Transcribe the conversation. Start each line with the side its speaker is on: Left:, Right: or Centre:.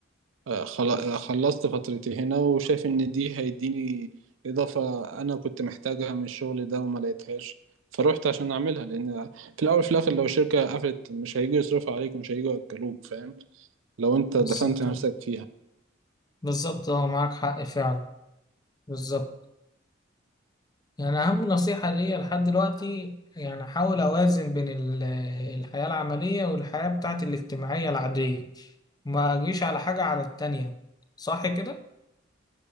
Right: آه، خلا- خلصت فترتي هنا وشايف ان دي هيديني اضافة انا كنت محتاجها من الشغل ده وما لقيتهاش فروحت عشان اعملها لان في الاول في الاخر لو شركة قفلت مش هيجوا يصرفوا عليك ومش هيجوا ياكلوك فاهم لو انت دفنت
Left: بالظبط
Right: نفسك
Left: اه
Right: فيها
Left: بالظبط اه معاك حق فعلا بالظبط يعني أهم نصيحة ليا لحد دلوقتي يعني أحاول أوازن بين ال- الحياة العملية والحياة بتاعتي الاجتماعية العادية ما أجيش على حاجة على التانية صح كده؟